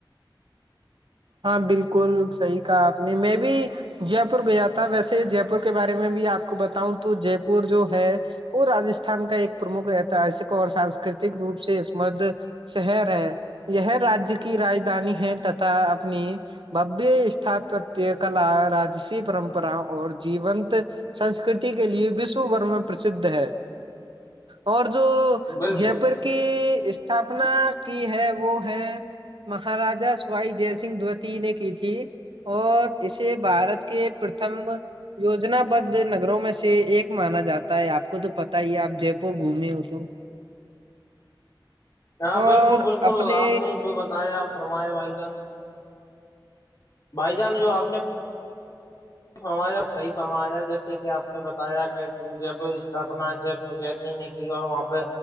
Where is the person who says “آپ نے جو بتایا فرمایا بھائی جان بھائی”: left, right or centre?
Left